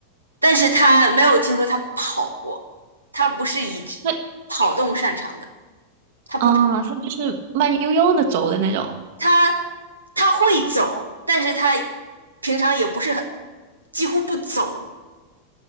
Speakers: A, on the right; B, on the right.
A: 但是他没有听说他跑过，他不是以
B: 对，
A: 跑动擅长的，他不跑，
B: 啊，它就是慢悠悠的走的那种
A: 他他会走，但是他平常也不是很，几乎不走，